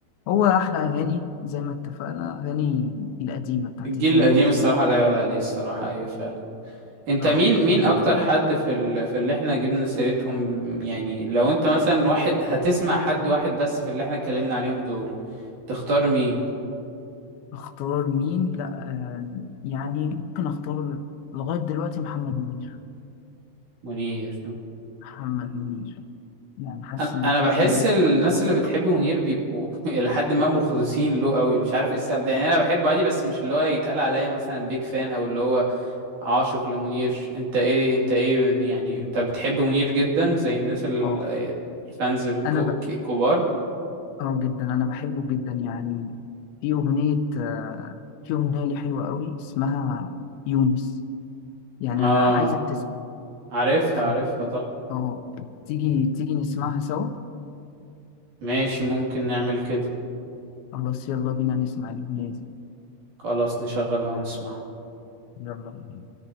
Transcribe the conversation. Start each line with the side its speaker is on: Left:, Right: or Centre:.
Left: هو أحلى أغاني زي ما اتفقنا أغاني القديمة بتاعت
Right: الجيل
Left: الزمن
Right: القديم
Left: الجميل
Right: الصراحة لا يعلى عليه الصراحة ايوه فعلا انت
Left: اه
Right: مين مين
Left: يعني
Right: اكتر حد في ال... في اللي احنا جبنا سيرتهم يعني لو انت مثلا واحد هتسمع حد واحد بس في اللي احنا اتكلمنا عليهم دول تختار مين
Left: اختار مين لا آه، يعني ممكن اختار لغاية دلوقتي محمد منير
Right: منير
Left: محمد منير يعني حاسس
Right: انا
Left: ان
Right: أنا
Left: محمد
Right: بحس
Left: منير
Right: الناس
Left: أكتر-
Right: اللي بتحب منير بيبقوا <laughs> الى حد ما مخلصين له قوي مش عارف ايه السبب ده يعني انا بحبه عادي بس مش اللي هو يتقال عليا مثلا بيج فان او اللي هو عاشق لمنير انت ايه انت ايه يعني انت بتحب منير جدا زي الناس ال-
Left: اه
Right: الفانز الكو-
Left: انا ب...
Right: الكبار
Left: اه جدا انا بحبه جدا يعني في اغنيه آه، في اغنيه لي حلوه قوي اسمها يونس يعني
Right: اه
Left: انا عايزك تسمع
Right: عارفها
Left: ف...
Right: عارفها طب
Left: اه تيجي تيجي نسمعها سوا
Right: ماشي ممكن نعمل كده
Left: خلاص يلا بينا نسمع الاغنيه دي
Right: خلاص نشغلها ونسمعها
Left: يلا بينا